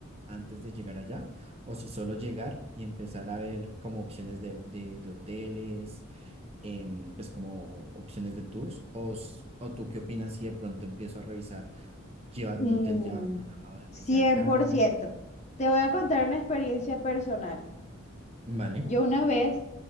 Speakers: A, on the right; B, on the left.
A: antes de llegar allá, o si solo llegar y empezar a ver como opciones de, de- de hoteles, em, pues como opciones de tours, o, s- o tú qué opinas si de pronto empiezo a revisar, llevar
B: Mm,
A: un hotel ya programado
B: cien
A: desde acá.
B: por ciento. Te voy a contar una experiencia personal.
A: Vale,
B: Yo una vez